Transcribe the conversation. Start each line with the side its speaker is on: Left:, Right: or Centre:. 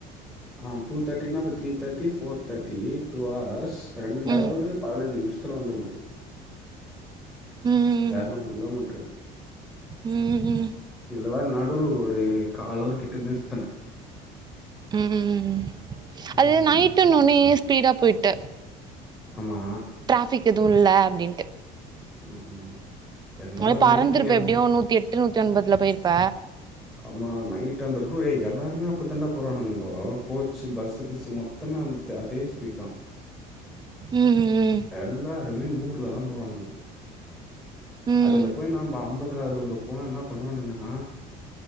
Centre: ஆ டூ தேட்டினா அப்ப த்ரீ தேட்டி ஃபோர் தேட்டி டூ ஹார்ஸ் ரெண்டு
Right: ம்
Centre: அவ்ரு பதினஞ்சு நிம்ஷத்துல வந்துருக்கன்
Right: ம்
Centre: எர்நூறு கிலோமீட்ரு
Right: ம் ம்
Centre: இதுல வேற நடுல ஒரு கால அவ்ரு கிட்ட நிறுத்துனே
Right: ம்ஹிம் அது
Centre: ம்
Right: நைட்டுன்னோனே ஸ்பீடா போய்ட
Centre: ஆமா
Right: ட்ராஃபிக் எது இல்ல அப்டின்டு
Centre: ம் ம் இருந்தாலும்
Right: அது பறந்திருப்ப
Centre: நைட்டு நீ அந்த
Right: எப்டியு நூத்தி எட்டு நூத்தி ஒன்பதுல போய்ருப்ப
Centre: ஆமா நைட்டு வந்து ரூ ஏய் எல்லாருமே அப்டி தண்டா போறானுங்கோ கோச்சு பஸ்ஸு கிஸ்ஸு மொத் தமே அந்த அதே ஸ்பீட் தா
Right: ம் ஹும்
Centre: எல்லாருமே நூர்ல தா போறானுவோ
Right: ம்
Centre: அதுல போய் நம்ப அம்பதுல அறுவதுல போனா என்னா பண்ணுவாணுங்கனா